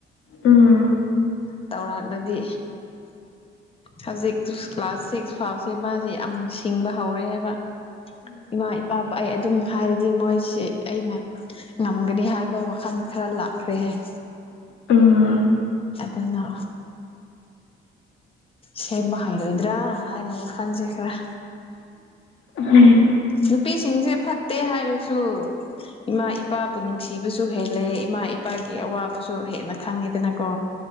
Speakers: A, on the left; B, on the left.
A: ꯎꯝ
B: ꯇꯥꯎꯔꯥꯛꯂꯗꯤ ꯍꯧꯖꯤꯛ ꯀ꯭ꯂꯥꯁ ꯁꯤꯛꯁ ꯐꯥꯎꯁꯦ ꯃꯥꯖꯤ ꯌꯥꯝ ꯁꯤꯡꯕ ꯍꯧꯔꯦ ꯍꯥꯏꯕ ꯏꯃꯥ ꯏꯄꯥꯕꯨ ꯑꯩ ꯑꯗꯨꯝ ꯍꯥꯏꯔꯗꯤ ꯃꯣꯏꯁꯤ ꯑꯩꯅ ꯉꯝꯒꯅꯤ ꯍꯥꯏꯕ ꯋꯥꯈꯜ ꯈꯔ ꯂꯥꯛꯈ꯭ꯔꯦ ꯍꯥꯏ
A: ꯎꯝ
B: ꯗꯨꯅ ꯁꯦꯡꯕ ꯍꯩꯔꯣꯏꯗ꯭ꯔꯥ ꯍꯥꯏꯅ ꯋꯥꯈꯜꯁꯦ ꯈꯔ
A: ꯎꯝ
B: ꯅꯨꯄꯤꯁꯤꯡꯁꯦ ꯐꯠꯇꯦ ꯍꯥꯏꯔꯁꯨ ꯏꯃꯥ ꯏꯄꯥꯕꯨ ꯅꯨꯡꯁꯤꯕꯁꯨ ꯍꯦꯜꯂꯦ ꯏꯃꯥ ꯏꯄꯥꯒꯤ ꯑꯋꯥꯕꯁꯨ ꯍꯦꯟꯅ ꯈꯪꯉꯦꯗꯅꯀꯣ